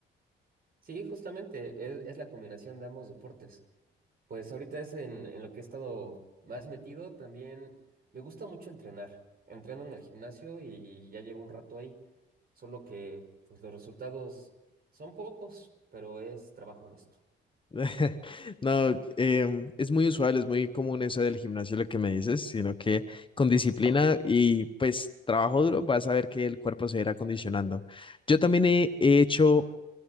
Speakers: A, on the right (about 50°); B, on the left (about 25°).
A: Sí, justamente es es la combinación de ambos deportes. Pues ahorita es en, en lo que he estado más metido. También me gusta mucho entrenar. Entreno en el gimnasio y ya llevo un rato ahí. Solo que pues los resultados son pocos, pero es trabajo honesto.
B: <laughs> No, em, es muy usual, es muy común eso del gimnasio, lo que me dices, sino que con disciplina y pues trabajo duro vas a ver que el cuerpo se irá acondicionando. Yo también he, he hecho